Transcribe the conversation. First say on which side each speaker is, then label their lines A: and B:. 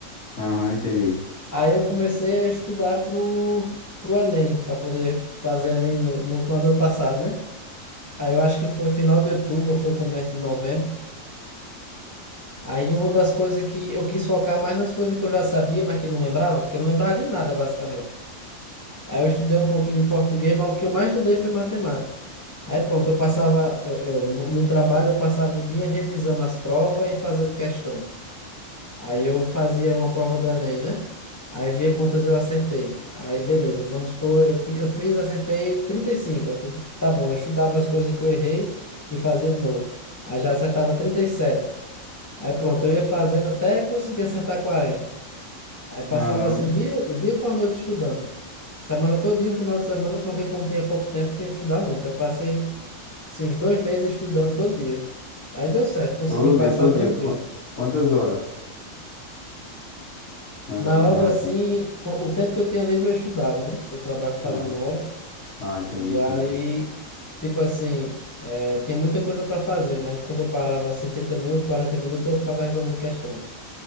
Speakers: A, on the left (about 65°); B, on the left (about 20°).
A: Aham, entendi.
B: Aí eu comecei a estudar pro, pro Enem, para poder fazer Enem no, no final do ano passado, né? Aí eu acho que foi final de outubro, ou foi começo de novembro. Aí uma das coisas que eu quis focar mais nas coisas que eu já sabia, mas que não lembrava, que eu não lembrava de nada, basicamente. Aí eu estudei um pouquinho de português, mas o que eu mais estudei foi matemática. Aí pronto, eu passava, eu, eu- no, no trabalho eu passava o dia revisando as provas e fazendo questão. Aí eu fazia uma prova do Enem, né? Aí via quantas eu acertei. Aí beleza, vamos supor, eu fui, eu fiz, acertei 35. Aí fui, tá bom, eu estudava as coisas que eu errei e fazia de novo. Aí já acertava trinta e sete Aí pronto, eu ia fazendo até conseguir acertar quarenta Aí passava
A: Caramba.
B: assim o dia, o dia com a noite estudando. Semana todinha, o final de semana, porque como tinha pouco tempo, tinha que estudar muito. Eu passei assim, uns dois meses estudando todo dia. Aí deu certo, consegui
A: Todo
B: passar
A: dia, todo
B: tranquilo.
A: dia. Qua- Quantas horas? Mais
B: Na
A: ou menos
B: obra,
A: assim.
B: assim, co- o tempo que eu tinha livre eu estudava, né? Que eu trabalho fazendo
A: Ah,
B: obra.
A: ah, entendi,
B: E
A: entendi.
B: aí, tipo assim, é, tinha muita coisa para fazer, mas quando eu parava assim 30 minutos, 40 minutos, eu ficava resolvendo questões.